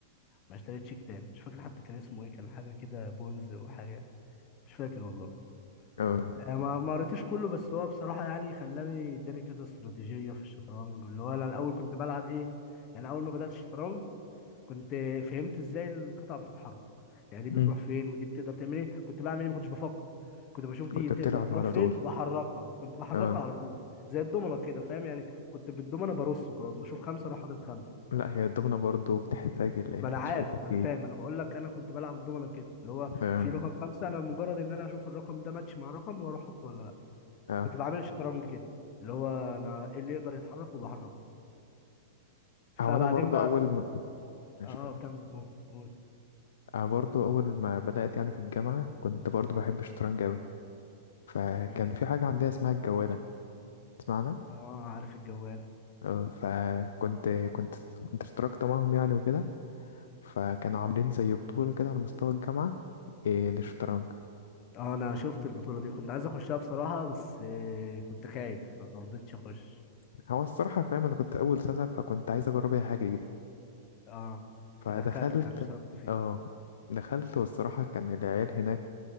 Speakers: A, on the left; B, on the left.
A: ما اشتريتش كتاب مش فاكر حتى كان اسمه ايه كان حاجه كده بونز وحاجه مش فاكر والله
B: اه
A: آه، ما ما قريتوش كله بس هو بصراحه يعني خلاني اداني كذا استراتيجيه في الشطرنج اللي هو انا الاول كنت بلعب ايه يعني اول ما بدات الشطرنج كنت فهمت ازاي القطع بتتحرك يعني دي
B: امم
A: بتروح فين ودي بتقدر تعمل ايه كنت بعمل ايه ما كنتش بفكر كنت بشوف دي
B: كنت
A: تقدر
B: بتلعب
A: تروح
B: على
A: فين
B: طول
A: واحركها كنت بحركها
B: اه
A: على طول زي الدومنه كده فاهم يعني كنت بالدومنه برص وخلاص بشوف خمسه اروح حاطط خمسه
B: لا هي الدومنة برضه بتحتاج اللي هي
A: ما انا عارف
B: شوية تفكير
A: ما انا فاهم انا بقول لك انا كنت بلعب الدومنه كده اللي هو
B: اه
A: في رقم خمسه انا مجرد ان انا اشوف الرقم ده ماتش مع رقم واروح احطه ولا لا
B: اه
A: كنت بعمل الشطرنج كده اللي هو انا ايه اللي يقدر يتحرك وبحركه فبعدين
B: هو انا برضه
A: بقى
B: اول
A: في...
B: ما ماشي
A: اه
B: كمل
A: كمل قول قول
B: أنا برضو أول ما بدأت يعني في الجامعة كنت برضو بحب الشطرنج أوي فكان
A: مم.
B: في حاجة عندنا اسمها الجوالة تسمعنا
A: اه عارف الجوال
B: أه، فكنت كنت كنت اشتركت معاهم يعني وكده فكانوا عاملين زي بطولة كده على مستوى الجامعة إيه، للشطرنج
A: اه انا شفت البطولة دي كنت عايز اخشها بصراحة بس آه، كنت خايف فما رضيتش اخش
B: هو الصراحة فاهم أنا كنت أول سنة فكنت عايز أجرب أي حاجة جديدة
A: اه
B: فدخلت
A: فدخلت يعني اشتركت فيه
B: اه دخلت والصراحة كان العيال هناك